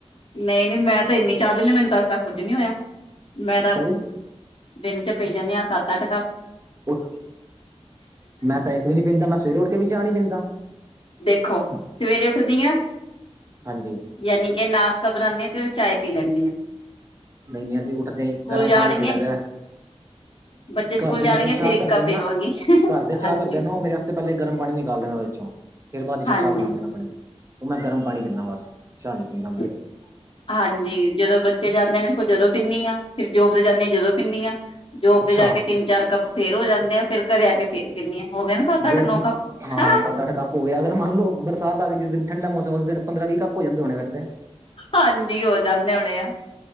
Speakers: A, on the left; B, on the right.
A: ਨਈਂ- ਨਈਂ ਮੈਂ ਤਾ ਇੰਨੀ ਚਾਹ ਪੀਦੀ ਆ ਮੈਨੂੰ ਤਾ ਅੱਜ ਤੱਕ ਕੁੱਝ ਨੀਂ ਹੋਇਆ ਮੈਂ
B: ਅੱਛਾ
A: ਤਾਂ
B: ਜੀ
A: ਦਿਨ 'ਚ ਪੀ ਜਾਨੀਂ ਆਂ ਸੱਤ, ਅੱਠ ਕੱਪ।
B: ਉਹ ਮੈਂ ਤਾਂ ਇੱਕ ਵੀ ਨੀ ਪੀਂਦਾ ਮੈਂ ਸਵੇਰੇ ਉੱਠ ਕੇ ਵੀ ਚਾਹ ਨੀ ਪੀਂਦਾ।
A: ਦੇਖੋ ਸਵੇਰੇ ਉੱਠਦੀ ਆਂ।
B: ਹਾਂਜੀ।
A: ਯਾਨੀ ਕਿ ਨਾਸ਼ਤਾ ਬਣਾਨੀ ਐ ਤੇ ਚਾਹੇ ਪੀ ਲੈਨੀ ਐ।
B: ਨਈ -ਨਈ ਅਸੀ ਉੱਠਦੇ ਈ ਗਰਮ
A: ਜਾਣਗੇ
B: ਪਾਣੀ ਪੀ ਲੈਂਦੇ ਐ।
A: ਬੱਚੇ ਸਕੂਲ
B: ਘਰ ਦੇ
A: ਜਾਣਗੇ
B: ਮਤਲਬ ਚਾਅ
A: ਫਿਰ ਇੱਕ
B: ਧਰ
A: ਕੱਪ
B: ਦੇਣ
A: ਪੀਵਾਂਗੀ
B: ਨਾ ਘਰ ਦੇ
A: ਹਾਂਜੀ।
B: ਚਾਹ ਧਰ ਦੇਣ ਨਾ ਉਹ ਮੇਰੇ ਵਾਸਤੇ ਤੇ ਪਹਿਲੇ ਗਰਮ ਪਾਣੀ ਨਿਕਾਲਦੇ ਨੇ ਓਥੇ ਚੋਂ ਫ਼ਿਰ ਬਾਅਦ ਵਿੱਚ
A: ਹਾਂਜੀ
B: ਓਹ ਚਾਹ ਬਣਾਂਦੇ ਨੇ ਅਪਣੀ। ਉਹ ਮੈਂ ਗਰਮ ਪਾਣੀ ਪੀਨਾ ਬਸ ਚਾਹ ਨੀਂ ਪੀਂਦਾ ਮੈਂ।
A: <inaudible> ਹਾਂਜੀ, ਜਦੋਂ ਬੱਚੇ ਜਾਂਦੇ ਨੇ ਜਦੋਂ ਪੀਂਨੀ ਆ ਫਿਰ ਜੋਬ ਤੇ ਜਾਂਦੀ ਆ ਜਦੋਂ ਪੀਂਨੀ ਆ। ਜੋਬ
B: ਅੱਛਾ
A: ਤੇ ਜਾ ਕੇ ਤਿੰਨ, ਚਾਰ ਕੱਪ ਫੇਰ ਹੋ ਜਾਂਦੇ ਆ ਫੇਰ ਘਰੇ ਆ ਕੇ ਫੇਰ ਪੀਂਨੀਂ ਆ ਹੋ ਗਏ ਨਾ ਸੱਤ ਅੱਠ
B: ਜੇ
A: ਨੌ
B: ਨਾ
A: ਕੱਪ
B: ਹਾਂ ਸੱਤ ਅੱਠ ਕੱਪ। ਹੋ ਗਿਆ ਅਗਰ ਮੰਨ ਲਓ, ਬਰਸਾਤ ਆ ਗਈ ਜਿਸ ਦਿਨ ਠੰਡਾ ਮੌਸਮ ਉਸ ਦਿਨ ਪੰਦਰਾਂ, ਵੀਹ ਕੱਪ ਹੋ ਜਾਂਦੇ ਹੋਣੇ ਫਿਰ ਤੇ
A: ਹਾਂਜੀ ਹੋ ਜਾਂਦੇ ਹੋਣੇ ਆ।